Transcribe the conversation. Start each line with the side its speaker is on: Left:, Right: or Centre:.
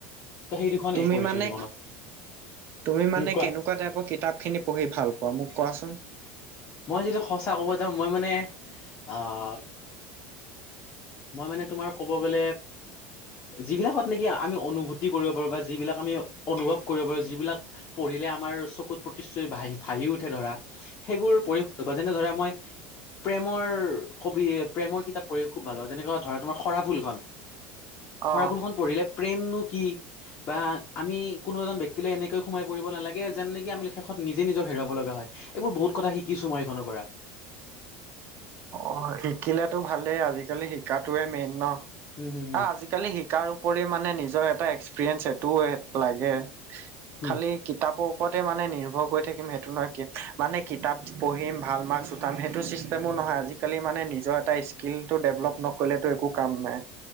Left: ত সেই দুখনেই
Right: তুমি
Left: পঢ়িছিলো
Right: মানে
Left: জীৱনত।
Right: তুমি মানে
Left: উম কোৱা
Right: কেনেকুৱা টাইপৰ কিতাপ খিনি পঢ়ি ভাল পোৱা মোক কোৱাচোন?
Left: মই যদি সঁচা ক'ব যাওঁ মই মানে, আঁহ মই মানে তোমাৰ ক'ব গ'লে যিবিলাকত নেকি আমি অনুভূতি কৰিব পাৰোঁ, বা যিবিলাক আমি অনুভৱ কৰিব পাৰো, যিবিলাক পঢ়িললে আমাৰ চকুত প্ৰতিশ্ৰুতি ভাহি উঠে ধৰা। সেইবোৰ পৰিশ বা যেনে ধৰা মই প্ৰেমৰ কবি প্ৰেমৰ কিতাপ পঢ়ি খুব ভাল হয় যেনেকুৱা ধৰা তোমাৰ সৰা ফুলখন। সৰাফুলখন
Right: অ
Left: পঢ়িলে প্ৰেমনো কি বা আমি কোনো এজন ব্যক্তিলে এনেকৈ সোমাই পৰিব নালাগে যেন নেকি আমি শেষত নিজে নিজক হেৰুৱাব লগা হয়। এইবোৰ বহুত কথা শিকিছো মই এইখনৰ পৰা।
Right: অঁ শিকিলাতো ভালেই আজিকালি শিকাটোৱে মেইন ন।
Left: উম হুম হুম
Right: আজি কালি শিকাৰ উপৰিও মানে নিজৰ এটা এক্সপিৰিয়েন্ঞ্চ এইটোও লাগে।
Left: হুম
Right: খালি কিতাপৰ ওপৰতে মানে নিৰ্ভৰ কৰি থাকিম সেইটো নহয়, কি মানে কিতাপ পঢ়িম ভাল মাৰ্ক্স উঠাম, সেইটো ছিষ্টেমো নহয় আজিকালি মানে নিজৰ এটা স্কিলতটো ডেভলপ নকৰিলেতো একো কাম নাই।